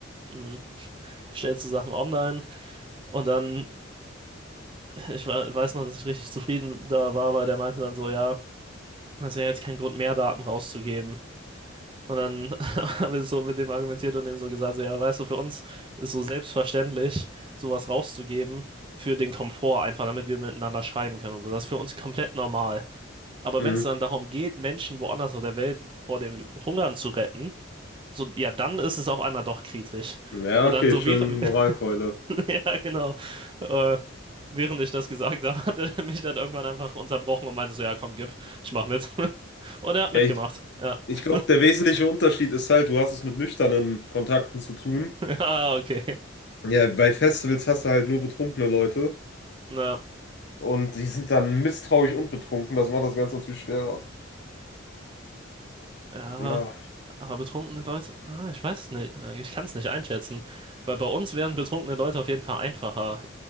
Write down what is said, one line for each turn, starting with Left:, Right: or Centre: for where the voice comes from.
Right: Hm, bestellst du Sachen online und dann, ich wa- weiß noch, dass ich richtig zufrieden da war, weil der meinte dann so, ja, das ist ja jetzt kein Grund mehr, Daten rauszugeben. Und dann <laughs> habe ich so mit dem argumentiert und dem so gesagt, so, ja, weißt du, für uns ist so selbstverständlich, sowas rauszugeben für den Komfort einfach, damit wir miteinander schreiben können und so. Das ist für uns komplett normal. Aber
Left: Hm.
Right: wenn es dann darum geht, Menschen woanders auf der Welt vor dem Hungern zu retten, so, ja, dann ist es auf einmal doch kritisch.
Left: Ja,
Right: Und
Left: okay,
Right: dann so
Left: schön
Right: während,
Left: Moralkeule.
Right: <laughs> Ja, genau. Äh, während ich das gesagt habe, hat er mich dann irgendwann einfach unterbrochen und meinte so, ja, komm, gib, ich mach mit. <laughs> Und er hat mitgemacht.
Left: Ja, ich,
Right: Ja.
Left: ich
Right: <laughs>
Left: glaube, der wesentliche Unterschied ist halt, du hast es mit nüchternen Kontakten zu tun.
Right: Ah, okay.
Left: Ja, bei Festivals hast du halt nur betrunkene Leute
Right: Na,
Left: und die sind dann misstrauisch und betrunken. Das macht das Ganze natürlich schwerer.
Right: ja.
Left: Ja.
Right: Aber betrunkene Leute, ah, ich weiß es nicht. Äh, Ich kann es nicht einschätzen. Weil bei uns wären betrunkene Leute auf jeden Fall einfacher